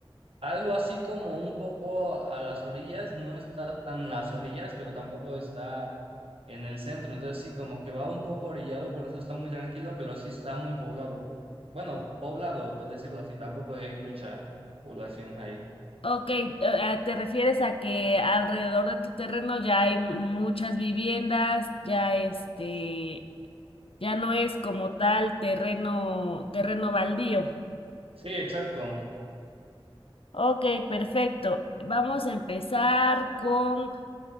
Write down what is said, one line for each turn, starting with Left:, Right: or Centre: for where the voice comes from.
Right: algo así como un poco a las orillas, no está tan las orillas, pero tampoco está en el centro. Entonces sí, como que va un poco orillado, por eso está muy tranquilo, pero sí está muy poblado. Bueno, poblado, por decirlo así, tampoco hay mucha población ahí.
Left: Ok, eh, eh, te refieres a que alrededor de tu terreno ya hay muchas viviendas, ya este, ya no es como tal terreno, terreno baldío.
Right: Sí, exacto.
Left: Ok, perfecto. Vamos a empezar con